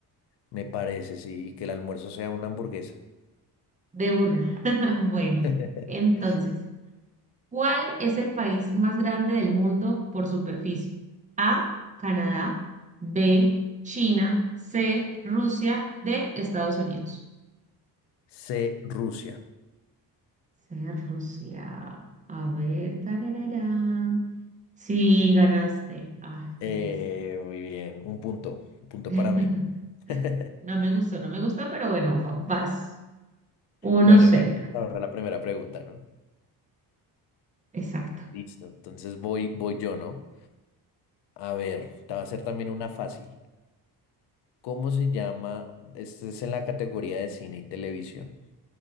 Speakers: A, on the left; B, on the right.
A: Me parece, sí, y que el almuerzo sea una hamburguesa.
B: De una. <laughs> Bueno,
A: <laughs>
B: entonces, ¿Cuál es el país más grande del mundo por superficie? A, Canadá, B, China, C, Rusia, D, Estados Unidos.
A: C, Rusia.
B: C, Rusia. A ver, tarararán. Sí, ganaste. Ay,
A: Eh,
B: qué triste.
A: muy bien, un punto, un punto
B: <laughs>
A: para mí. <laughs>
B: No me gustó, no me gustó, pero bueno, va- vas. Uno
A: Bueno,
B: cero,
A: igual ahora la primera pregunta, ¿no?
B: Exacto.
A: Listo, entonces voy, voy yo, ¿no? A ver, te va a hacer también una fácil. ¿Cómo se llama? Este es en la categoría de cine y televisión.